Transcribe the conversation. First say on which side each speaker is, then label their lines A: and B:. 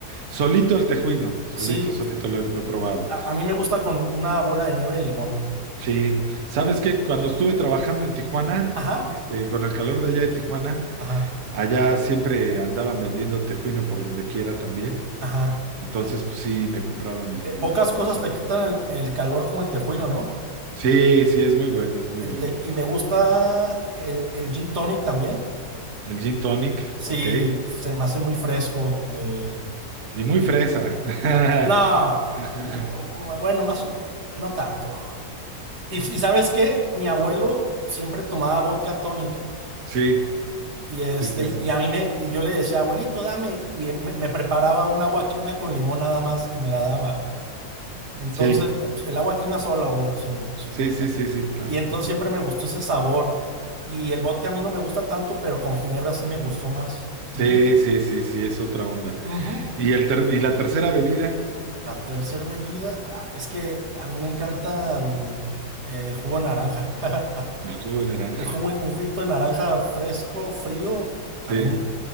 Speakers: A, on the right; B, on the right.
A: Solito el tejuino, solito,
B: Sí,
A: solito lo he lo he probado.
B: a, a mí me gusta con una bola de nieve de limón.
A: Sí, sabes que cuando estuve trabajando en Tijuana,
B: Ajá,
A: este, con el calor de allá de Tijuana,
B: ajá,
A: allá siempre andaban vendiendo tejuino por donde quiera también.
B: ajá.
A: Entonces, pues sí, me compraba mi
B: Eh, pocas
A: vasito
B: cosas
A: de tejuino.
B: te quitan el, el calor como el tejuino, ¿no?
A: Sí, sí, es muy bueno, es muy
B: El
A: bueno.
B: te- y me gusta el, el gin tonic también.
A: El gin tonic,
B: Sí,
A: ok.
B: se me hace muy fresco. eh,
A: Y muy fresa. <laughs>
B: No, bu- bueno, más o menos, no tanto. Y, y ¿sabes qué? Mi abuelo siempre tomaba vodka tonic
A: Sí,
B: y este
A: sí, sí, sí.
B: y a mí me y yo le decía, "Abuelito, dame" y me, me preparaba una agua quina con limón nada más y me la daba. Entonces,
A: Sí,
B: el agua quina sola, obvio, sin sin
A: sí,
B: vodka.
A: sí, sí, sí, claro.
B: Y entonces siempre me gustó ese sabor y el vodka a mí no me gusta tanto, pero con ginebra sí me gustó más. Ujú,
A: Sí, sí, sí, sí, es otra onda.
B: ujú.
A: Y el ter- y la tercera bebida,
B: La tercera bebida, ah, es que a mí me encanta mm, el jugo de naranja. <laughs>
A: el jugo de naranja.
B: Un, ju- un juguito de naranja fresco, frío,
A: Sí,
B: a mí me,